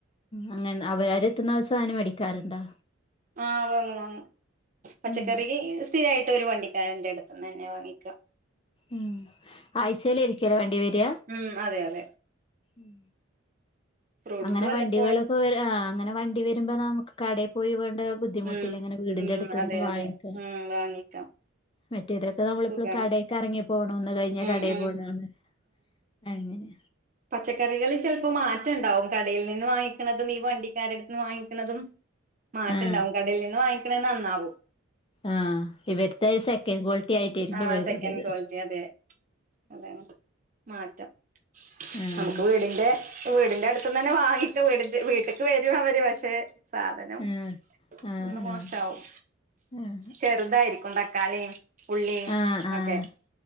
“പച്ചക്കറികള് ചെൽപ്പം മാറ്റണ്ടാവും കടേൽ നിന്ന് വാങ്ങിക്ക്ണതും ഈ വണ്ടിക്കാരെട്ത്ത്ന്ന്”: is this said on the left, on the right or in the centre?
Right